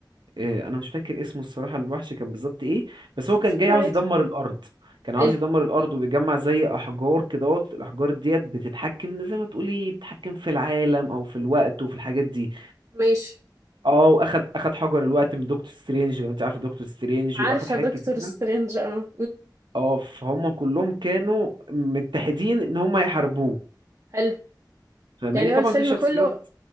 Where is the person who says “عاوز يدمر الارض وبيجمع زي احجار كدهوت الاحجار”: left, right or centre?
Right